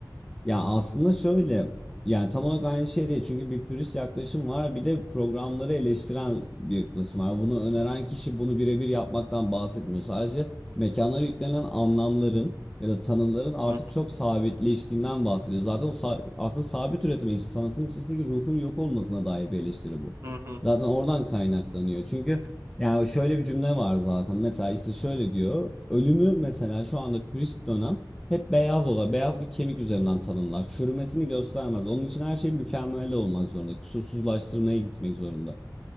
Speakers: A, in the centre; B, on the right.
A: Ya aslında şöyle yani tam olarak aynı şey değil çünkü bir pürist yaklaşım var bir de programları eleştiren bir yaklaşım var. Bunu öneren kişi bunu birebir yapmaktan bahsetmiyor. Sadece mekanlara yüklenen anlamların ya da tanımların artık
B: Hı
A: çok sabitleştiğinden bahsediyor. Zaten o sa- aslında sabit üretime iç- sanatın içindeki ruhun yok olmasına dair bir eleştiri bu.
B: hı hı.
A: Zaten oradan kaynaklanıyor. Çünkü yani şöyle bir cümle var zaten. Mesela işte şöyle diyor. Ölümü mesela şu anda pürist dönem hep beyaz ola, beyaz bir kemik üzerinden tanımlar. Çürümesini göstermez. Onun için her şey mükemmel olmak zorunda. Kusursuzlaştırmaya gitmek zorunda.